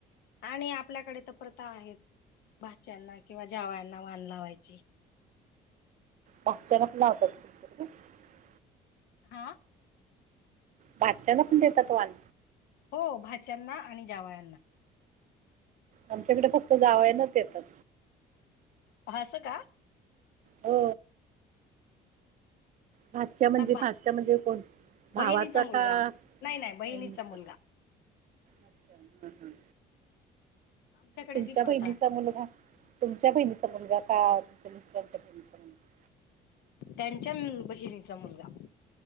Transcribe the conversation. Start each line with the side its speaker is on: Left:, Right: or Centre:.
Left: आणि आपल्याकडे तर प्रथा आहेत. भाच्यांना किंवा जावयांना वान लावायची.
Right: भाच्यांनाच पण लावतात ना <unintelligible>
Left: हा?
Right: भाच्यांना पण देतात वाण?
Left: हो भाच्यांना आणि जावयांना.
Right: आमच्याकडे फक्त जावयांनाच देतात.
Left: असं का?
Right: हो भाच्या म्हणजे
Left: बा
Right: भाच्या म्हणजे कोण? भावाचा
Left: बहिणीचा मुलगा
Right: का
Left: नाही नाही बहिणीचा
Right: बहीणीचा?
Left: मुलगा
Right: अच्छा हं हं
Left: आमच्याकडे
Right: तुमच्या
Left: ती प्रथा
Right: बहिणीचा मुलगा, तुमच्या बहिणीचा मुलगा का, तुमच्या मिस्टरांच्या बहिणीचा? मुलगा
Left: त्यांच्या म बहिणीचा मुलगा.